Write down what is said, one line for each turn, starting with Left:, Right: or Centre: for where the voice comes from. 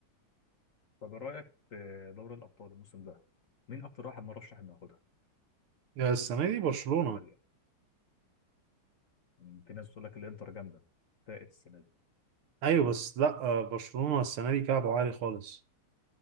Left: طب إيه رايك في دوري الابطال الموسم ده مين اكتر واحد مرشح انه ياخدها
Right: يا السنة دي برشلونة
Left: اكتر فريق مم. في ناس تقول لك الانتر جامده فاقت السنه دي
Right: ايوه بس لا آه، برشلونة السنة دي كعبه عالي خالص